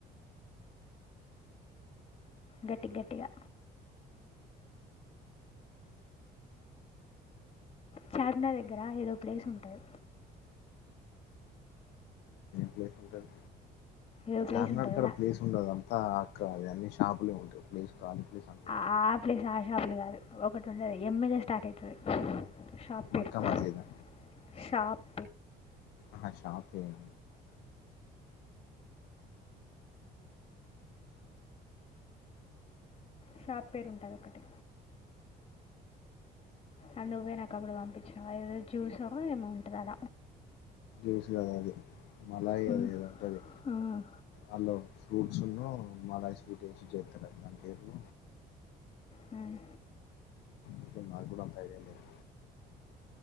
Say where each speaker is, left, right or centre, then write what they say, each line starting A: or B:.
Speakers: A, on the left; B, on the left.
A: గట్టి గట్టిగా చార్మినార్ దగ్గర ఏదో ప్లేస్ ఉంటది
B: ప్లేస్ ఉంటది
A: ఏదో
B: చార్మినార్
A: ప్లేస్ ఉంటుంది
B: కడ
A: లా
B: ప్లేస్ ఉండదు అంతా ఆక్ర అది అన్ని షాపులే ఉంటాయి ప్లేస్ ఖాళీ ప్లేస్ అంటు
A: ఆ ప్లేస్ ఆ షాపులు కాదు ఒకటి ఉండది ఎమ్ మీద స్టార్ట్ అయితది షాప్ పేరుషాప్
B: మక్కా మసీదా ఆ షాప్ పేర
A: షాప్ పేరు ఉంటాది ఒక్కటే అది నువ్వేనాకు అప్పుడు పంపిచినవ్ అది ఏదో జ్యూసో ఏమో ఉంటది అడ
B: జ్యూస్ కాదు అది మలాయి
A: ఉమ్,
B: అది ఏదో ఉంటది
A: మ్మ్.
B: హలో ఫ్రూట్సును మలాయి స్వీట్ ఏసి చేస్తరు దాని పేరు
A: మ్
B: అయితే నాగ్గూడా అంత ఐడియా లేదు